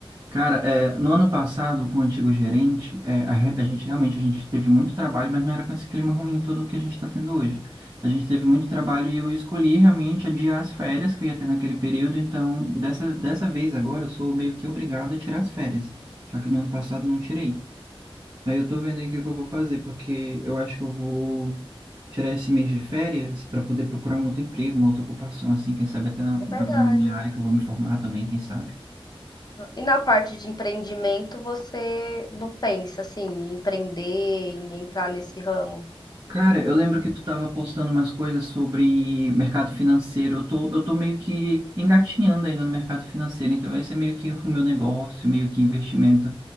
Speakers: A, on the right; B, on the left.
A: Cara, é, no ano passado, com o antigo gerente, é, a, re- a gente realmente a gente teve muito trabalho, mas não era com esse clima ruim todo que a gente está tendo hoje. A gente teve muito trabalho e eu escolhi realmente adiar as férias que eu ia ter naquele período, então dessa, dessa vez agora eu sou meio que obrigado a tirar as férias, já que no ano passado eu não tirei. Aí eu tô vendo aí o que que eu vou fazer, porque eu acho que eu vou tirar esse mês de férias para poder procurar um outro emprego, uma outra ocupação, assim, quem sabe até na-
B: É verdade.
A: agora na minha área que eu vou me formar também, quem sabe.
B: E na parte de empreendimento, você não pensa assim, em empreender, em entrar nesse ramo?
A: Cara, eu lembro que tu tava postando umas coisas sobre mercado financeiro. Eu tô, eu tô meio que engatinhando ainda no mercado financeiro, então esse é meio que o meu negócio, meio que investimento